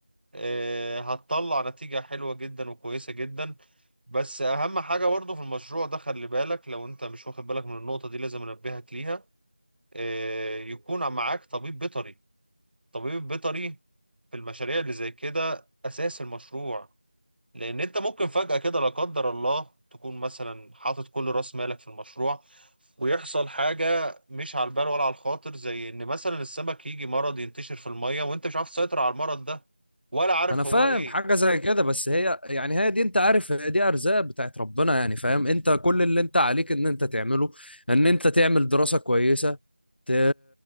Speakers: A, on the right (about 70°); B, on the left (about 85°).
A: آه، هتطلع نتيجة حلوة جدا وكويسة جدا بس أهم حاجة برضه في المشروع ده خلي بالك لو أنت مش واخد بالك من النقطة دي لازم أنبهك ليها آه، يكون معاك طبيب بيطري طبيب بيطري في المشاريع اللي زي كده أساس المشروع لان انت ممكن فجأة كده لا قدر الله تكون مثلا حاطط كل راس مالك في المشروع ويحصل حاجة مش على البال ولا على الخاطر زي ان مثلا السمك يجي مرض ينتشر في المية وانت مش عارف تسيطر على المرض ده ولا عارف
B: انا فاهم
A: هو ايه
B: حاجه زي كده بس هي يعني هي دي انت عارف هي دي ارزاق بتاعت ربنا يعني فاهم انت كل اللي انت عليك ان انت تعمله ان انت تعمل دراسه كويسه ت...